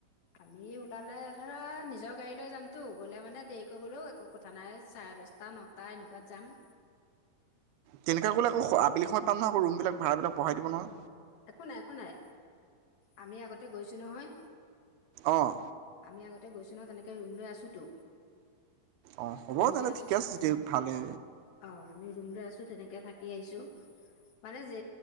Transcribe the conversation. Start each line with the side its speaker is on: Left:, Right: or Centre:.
Left: আমি ওলালে ধৰা নিজৰ গাড়ী লৈ যামতো গলে মানে দেৰিকৈ গলো একো কথা নাই চাৰে দশটা নটা এনেকুৱাত যাম।
Right: তেনেকা গ'লে আক আবেলি সমতাম নহ আকৌ ভাড়াৰুমৰ বিলাক বঢ়াই দিলে নহয়।
Left: একো নাই একো নাই আমি আগতে গৈছো নহয়
Right: অঁ
Left: আমি আগতে গৈছো নহয় তেনেকে ত ৰুম লৈ আছোতো।
Right: অঁ হ'ব
Left: ৰুম
Right: তেন্তে
Left: লৈ আছো
Right: ঠিকে
Left: তাত
Right: আছে যদি ভালেই
Left: অ আমি ৰুম লৈ আছো তেনেকে থাকি আহিছো। মানে জে